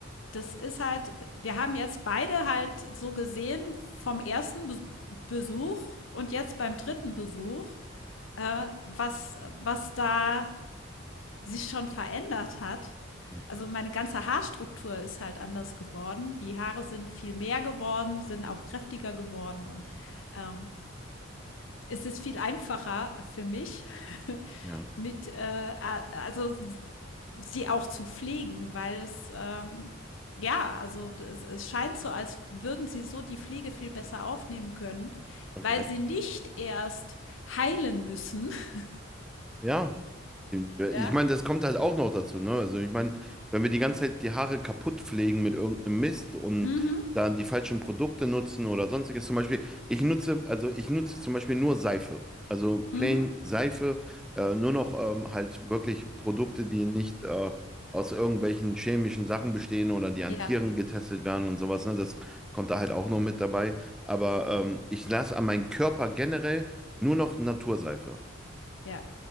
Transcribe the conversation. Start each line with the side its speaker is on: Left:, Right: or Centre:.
Left: das ist halt wir haben jetzt beide halt so gesehen vom ersten Bes Besuch und jetzt beim dritten Besuch, äh, was was da sich schon verändert hat.
Centre: Hm,
Left: Also, meine ganze Haarstruktur ist halt anders geworden. Die Haare sind viel mehr geworden, sind auch kräftiger geworden und, ähm, es ist viel einfacher für mich <laughs>
Centre: Ja.
Left: mit, äh, a also sie auch zu pflegen, weil es ähm, ja, also es, es scheint so, als würden sie so die Pflege viel besser aufnehmen können,
Centre: Okay.
Left: weil sie nicht erst heilen müssen. <laughs>
Centre: Ja, ich
Left: Ja.
Centre: meine, das kommt halt auch noch dazu, ne? Also ich meine, wenn wir die ganze Zeit die Haare kaputt pflegen mit irgendeinem Mist und
Left: Mhm.
Centre: dann die falschen Produkte nutzen oder sonstiges, zum Beispiel, ich nutze, also ich nutze zum Beispiel nur Seife, also plain
Left: Mhm.
Centre: Seife, äh, nur noch ähm, halt wirklich Produkte, die nicht äh, aus irgendwelchen chemischen Sachen bestehen oder die an
Left: Ja.
Centre: Tieren getestet werden und sowas, ne? Das kommt da halt auch noch mit dabei, aber ähm, ich lasse an meinen Körper generell nur noch Naturseife.
Left: Ja.